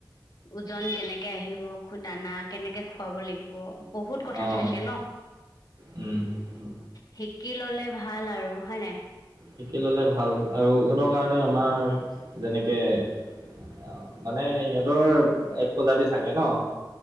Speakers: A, on the left; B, on the right.
A: ওজন কেনেকে আহিব, দানা কেনেকে খুৱাব লাগিব বহুত কথা
B: অঁ
A: থাকে ন!
B: উম উম।
A: শি কি ল'লে ভাল আৰু হয় নাই?
B: শিকি ল'লে ভাল আৰু <unintelligible> কাৰণে আমাৰ যেনেকে অ', মানে সিহঁতৰ এক প্ৰজাতি থাকে ন!